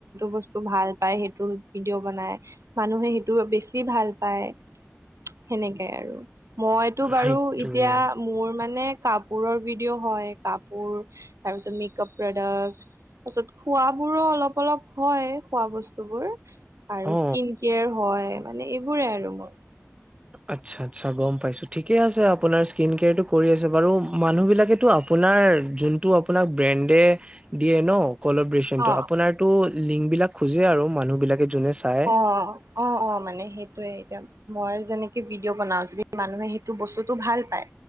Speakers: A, on the right; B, on the right.
A: বস্তু ভাল পায় সেইটোৰ ভিডিঅ' বনাই মানুহে সেইটো বেছি ভাল পায়। সেনেকাই আৰু মইতো বাৰু
B: সেইটোৱে
A: এতিয়া মোৰ মানে কাপোৰৰ ভিডিঅ' হয় কাপোৰ তাৰপিছত মেকআপ প্ৰডাক্ট। তাৰপাছত খোৱ বোৰো অলপ অলপ। হয় খোৱা বস্তু বোৰ আৰু
B: অ
A: স্কিন কেয়ৰ হয় মানে এইবোৰে আৰু মোৰ।
B: আচ্ছা, আচ্ছা, গম পাইছো ঠিকে আছে আপোনাৰ স্কীনকেয়াৰটো কৰি আছে বাৰু, মানুহবিলাকেতো আপো আপোনাৰ যোনটো আপোনাক ব্ৰেণ্ডে দিয়ে ন কলাব্ৰেচণ্টো
A: অ
B: আপোনাৰো লিংক বিলাক খোজে আৰু মানুহ বিলাকে যোনে চাই
A: অ অ অ মানে সেইটোয়ে। মই যেনেকে ভিডিঅ' বনাও যদি মানুহে সেইটো বস্তুটো ভাল পায়